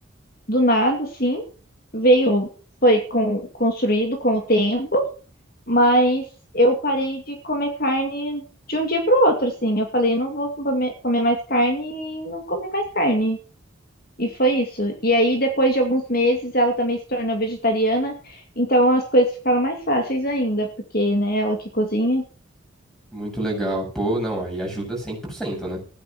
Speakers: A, on the left; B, in the centre.
A: do nada, assim. Veio, foi com, construído com o tempo. Mas eu parei de comer carne de um dia para o outro, assim. Eu falei, não vou comer comer mais carne e não comi mais carne. E foi isso. E aí, depois de alguns meses, ela também se tornou vegetariana. Então, as coisas ficaram mais fáceis ainda, porque, né, ela que cozinha.
B: Muito legal. Pô, não, aí ajuda cem por cento né?